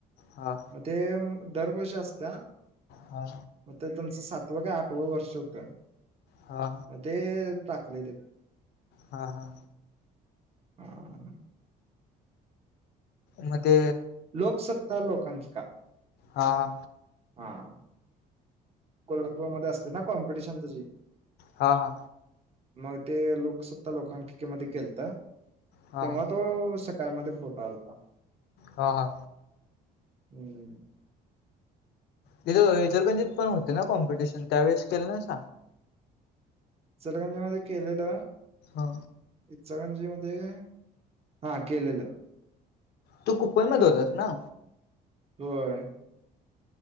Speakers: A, on the left (about 75°); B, on the right (about 35°).
A: हा
B: मग ते दरवर्षी असत्या
A: हा
B: मग तर त्यांचं सातवं काय आठवं वर्ष होतं.
A: हा.
B: मग ते टाकले ते.
A: हा हा.
B: हां.
A: म ते
B: लोकसत्ता लोकांकिका.
A: हा हा.
B: हा. कोल्हापूरमध्ये असते ना कॉम्पिटिशन तीजी.
A: हा हा.
B: मग ते लोकसत्ता लोकांकिका मध्ये केलतं.
A: हा
B: तेव्हा तो सकाळमध्ये फोटो आलता.
A: हा हा
B: हम्म.
A: तिथं इचलकरंजीत पण होते ना कॉम्पिटिशन त्यावेेळेस केलं नाही असा.
B: इचलकरंजी मध्ये केलेलं?
A: हा.
B: इचलकरंजी मध्ये हा केलेलं.
A: तू कुपनला धोतोस ना.
B: होय.